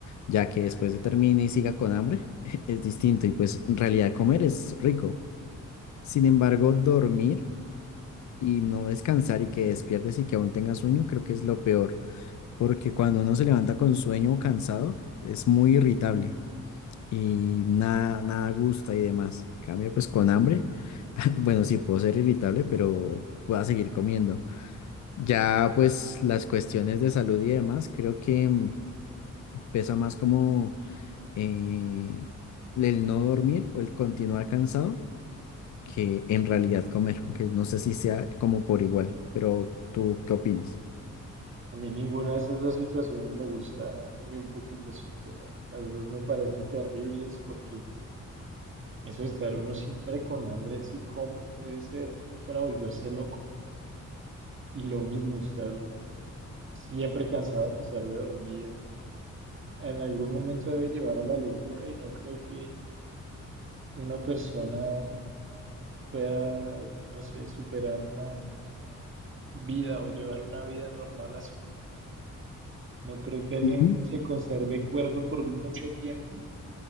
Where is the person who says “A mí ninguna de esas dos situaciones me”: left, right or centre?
Right